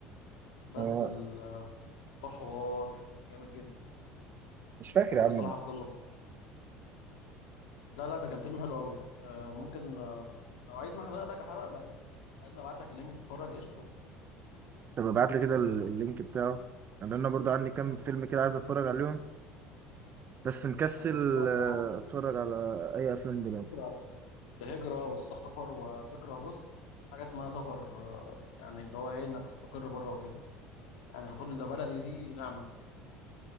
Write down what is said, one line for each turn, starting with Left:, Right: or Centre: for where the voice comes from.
Left: بس
Right: آه،
Left: الموضوع حوار جامد جدا
Right: مش فاكر
Left: كان
Right: يا
Left: في
Right: عم مين.
Left: صلاح عبد الله لا لا ده كان فيلم حلو قوي آه، ممكن آه، لو عايزني احرق لك احرق لك عايزني ابعت لك اللينك تتفرج قشطه
Right: طب ابعت لي كده ال- اللينك بتاعه لان انا برضو عندي كام
Left: بص
Right: فيلم كده عايز اتفرج عليهم بس مكسل
Left: هتتفرج
Right: آه،
Left: عن
Right: اتفرج على اي افلام دلوقتي
Left: هتكره الهجره والسفر وهتكره بص حاجه اسمها سفر آه، يعني اللي هو ايه انك تستقر بره وكده يعني هتقول ده بلدي دي نعمه